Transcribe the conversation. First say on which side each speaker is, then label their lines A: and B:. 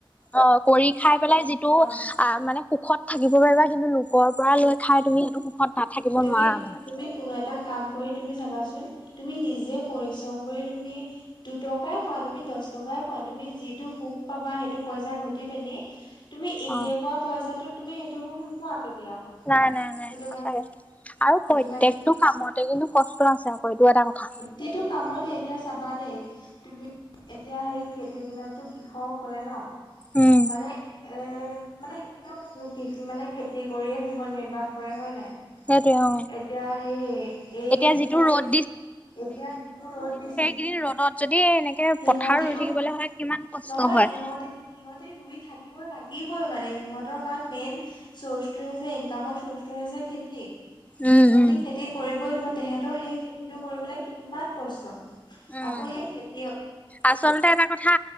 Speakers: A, on the left; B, on the left.
A: অ কৰি খাই পেলাই যিটো।
B: অ
A: আ মানে সুখত থাকিব পাৰিবা কিন্তু লোকৰ পৰা লৈ খাই তুমি সেইটো সুখত নাথাকিব
B: তুমি
A: নোৱাৰা মানে।
B: তুমি কোনো এটা কাম কৰি তুমি চাবাচোন তুমি নিজে পৰিশ্ৰম কৰি তুমি। দুটকাই পোৱা তুমি দহ টকাই পোৱা তুমি যিটো সুখ পাবা সেইটো পইচা ঘটি পিনি। তুমি এনেই
A: অ
B: পোৱা পইচাটো তুমি সেইটো হ নোপোৱা কেতিয়াও।
A: নাই নাই নাই
B: সেইটো
A: সঁচাকে
B: কাৰণে
A: আৰু
B: সেইটো
A: প্ৰত্যেকটো
B: কাৰণে
A: কামতে কিন্তু কষ্ট আছে। হয়টো এটা কথা।
B: যিটো কামতে এতিয়া চাবা দেই। তুমি এতিয়া সেই খেতিৰ দিনতো কৃষকসকলে ন।
A: উম
B: মানে উম। মানে সেতিটোতো কি মানে খেতি কৰিয়ে জীৱন নিৰ্বাহ কৰে হয় নাই।
A: সেইটোৱে অ।
B: এতিয়া সেই এই
A: এতিয়া যিটো
B: মানে
A: ৰ'দ
B: এইটো। এতিয়া যিটো ৰ'দ দিছে।
A: এই ৰ'দত যদি এনেকে
B: সিহঁতিতো
A: পথাৰ ৰুই থাকিবলে হয় কিমান কষ্ট
B: নহয়
A: হয়।
B: সিহঁতি সিহঁতি ৰুই থাকিব লাগিবই মানে সিহঁতৰ কাৰণ মেইন। চ'ৰ্চটো হৈছে ইনকামৰ চ'ৰ্চটো হৈছে খেতি।
A: উম
B: সিহঁতি
A: উম।
B: খেতি কৰিবই লাগিব তেহেতৰ সেই খেতিটো কৰিবলৈ কিমান কষ্ট।
A: উম
B: আকৌ সেই খেত।
A: আচলতে এটা কথা